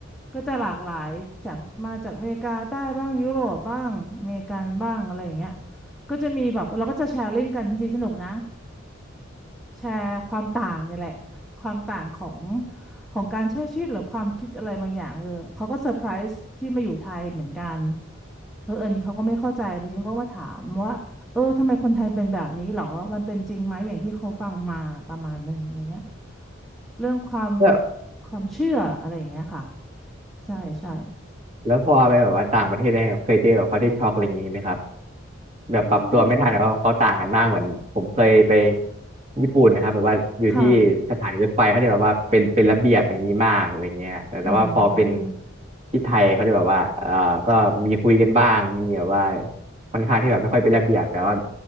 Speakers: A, in the centre; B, on the right.
A: ก็จะหลากหลายจากมาจากอเมริกาใต้บ้างยุโรปบ้างอเมริกันบ้างอะไรอย่างเงี้ยก็จะมีแบบเราก็จะแชร์ลิงก์กันทีสนุกนะ แชร์ความต่างเนี่ยแหละ <laughs> ความต่างของของการใช้ชีวิตหรือความคิดอะไรบางอย่างเออเขาก็เซอร์ไพรส์ที่มาอยู่ไทยเหมือนกันเอออันนี้เขาก็ไม่เข้าใจบางทีเขาก็มาถามว่าเออทำไมคนไทยเป็นแบบนี้หรอมันเป็นจริงไหมอย่างที่เขาฟังมาประมาณหนึ่งอะไรเงี้ยเรื่องความ
B: ครับ
A: ความเชื่ออะไรอย่างเงี้ยค่ะใช่ใช่
B: แล้วพอไปแบบว่าต่างประเทศเนี่ยเคยเจอแบบเขาได้ช็อกอะไรอย่างนี้ไหมครับ แบบปรับตัวไม่ทันนะว่าะเขาต่างกันมากเหมือนผมเคยไป
A: อืม
B: ญี่ปุ่นนะครับแบบว่าอยู่ที่สถานีรถไฟเขาจะแบบว่าเป็นเป็นระเบียบอย่างนี้มากอะไรเงี้ยแต่แต่ว่าพอเป็น
A: ค่ะอืม
B: ที่ไทยเขาจะแบบว่าเอ่อก็มีคุยกันบ้างมีแบบว่าค่อนข้างที่แบบไม่ค่อยเป็นระเบียบแต่ว่า